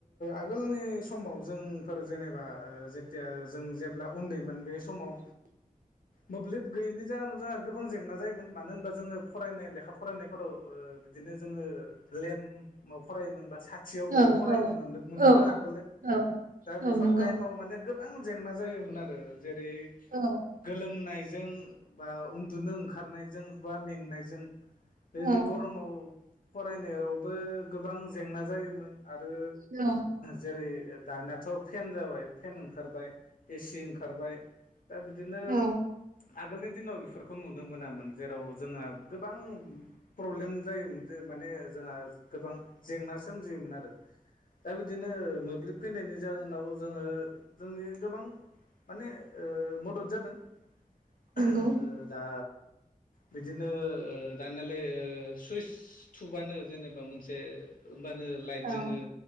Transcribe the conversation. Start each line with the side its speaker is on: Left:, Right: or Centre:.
Left: आगोलनि समाव जोंफोर जेनेबा ओ जेथिया जों जेब्ला उन्दैमोन बे समाव
Right: <inaudible>
Left: मोब्लिब गैयिनि जाहोन जोंहा गोबां जेंना जायोमोन मानो होनबा जोङो फरायनाय लेखा फरायनायफोराव ओ बिदिनो जोङो लेम्फ ओम माव फरायोमोन बा साथियाव
Right: औ
Left: बिदियाव फरायनो
Right: औ
Left: मोनदो मोनबोदों
Right: औ
Left: आगोलो
Right: औ
Left: दा बेफोर
Right: औ नंगौ।
Left: टाइमाव माने गो बां जेंना जायोमोन आरो जेरै
Right: औ
Left: गोलोमनायजों बा उन्दुनो ओंखारनायजों बा मेंनायजों बेजि
Right: औ
Left: गरमाव फरायनायावबो गोबां जेंना जायोमोन आरो
Right: औ
Left: जेरै दानियाथ' फेन जाबाय फेन ओंखारबाय एसि ओंखारबाय। दा बिदिनो
Right: औ
Left: आगोलनि दिनाव बेफोरखौ नुनो मोनामोन जेराव जोंहा गोबां प्रब्लेम जायोमोन जे माने जोंहा गोबां जेंना सोमजियोमोन आरो।
Right: <inaudible>
Left: दा बिदिनो मोब्लिब फैनायनि जाहोनाव जोङो जोंनि गोबां माने ओ मदद जादों ओ
Right: नंगौ।
Left: दा
Right: <inaudible>
Left: बिदिनो ओ दानियालाय ओ सुइस थुबानो जेनेबा मोनसे होमबानो लाइट
Right: औ
Left: जोङो